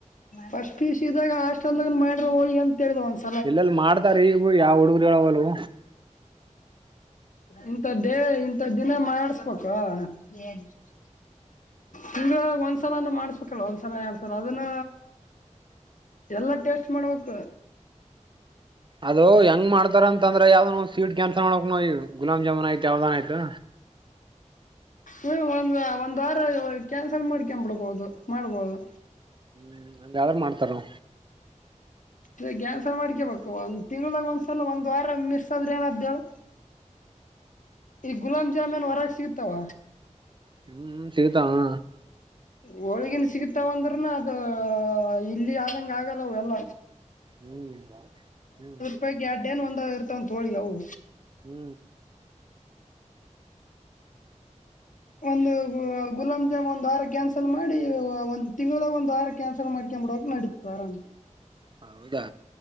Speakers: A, on the left (about 80°); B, on the right (about 40°).
A: ಫಸ್ಟ ಪಿ ಯು ಸಿ ಇದ್ದಾಗ ಹಾಸ್ಟೆಲ್ದಾಗ ಮಾಡ್ರ ಹೋಳಿಗೆ ಅಂತ ಹೇಳ್ದ ಒಂದ್ಸ
B: ಎಲ್ಲೆಲ್ಲಿ ಮಾಡ್ತಾರೆ ಹೀಗೂ ಯಾವ ಹುಡುಗರು ಹೇಳವಲ್ರು.
A: ಇಂಥ ಡೇ ಇಂಥ ದಿನ ಮಾಡಸ್ಬೇಕಾ <unintelligible> ತಿಂಗಳಾಗ್ ಒಂದ್ಸಲಾನ ಮಾಡ್ಸ್ಬೇಕಲ ಒಂದ್ಸಲ ಎರಡ್ ಸಲ ಅದನ್ನ ಎಲ್ಲಾ ಟೇಸ್ಟ ಮಾಡ್ಬೇಕು.
B: ಅದು ಹೆಂಗ್ ಮಾಡ್ತಾರ ಅಂತಂದ್ರ ಯಾವ್ದ ನ ಒಂದ್ ಸ್ವೀಟ್ ಕ್ಯಾನ್ಸಲ್ ಮಾಡ್ಬೇಕ್ ನಾವು <unintelligible> ಗುಲಾಬ್ ಜಾಮೂನ್ ಆಯ್ತ ಯಾವ್ದಾನ ಆಯ್ತು
A: ನೀ ಒಂದ ಒಂದ್ ವಾರ ಕ್ಯಾನ್ಸಲ್ ಮಾಡ್ಕೊಬಿಡ್ಬಹುದು ಮಾಡ್ಬಹುದು.
B: <unintelligible> ಮಾಡ್ತಾರೊ?
A: <unintelligible> ಕ್ಯಾನ್ಸಲ್ ಮಾಡ್ಕೇಬೇಕು ಒಂದ್ ತಿಂಗಳಾಗ ಒಂದ್ಸಲ ಒಂದ್ ವಾರ ಮಿಸ್ ಆದ್ರೆ ಏನ ಅದೇಳ್ ಈಗ ಗುಲಾಬ್ ಜಾಮ್ ಏನ್ ಹೊರಗೆ ಸಿಗತಾವ?
B: ಹ್ಮ ಸಿಗತಾವು.
A: ಹೋಳಗಿನು ಸಿಗತಾವಂದ್ರನ ಅದ ಇಲ್ಲಿ ಆದಂಗ ಆಗಲ್ಲ ಅವೆಲ್ಲ.
B: <unintelligible> ಹ್ಮ
A: <unintelligible> ಒಂದ ಇರ್ತವ ಅಂತ ಹೊಳಿಗೆ ಅವು.
B: ಹ್ಮ
A: ಒಂದು ಗುಲಾಬ್ ಜಾಮ್ ಒಂದ ವಾರ ಕ್ಯಾನ್ಸಲ್ ಮಾಡಿ ಒ ಒಂದು ತಿಂಗಳದಾಗ್ ಒಂದು ವಾರ ಕ್ಯಾನ್ಸಲ್ ಮಾಡ್ಕಾಂಬಿಡಕ್ ನಡಿತ ಆರಮ್.
B: ಹೌದಾ?